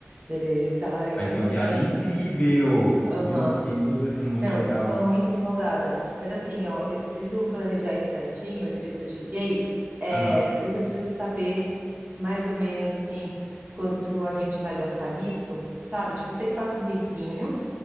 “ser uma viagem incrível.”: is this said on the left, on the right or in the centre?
Left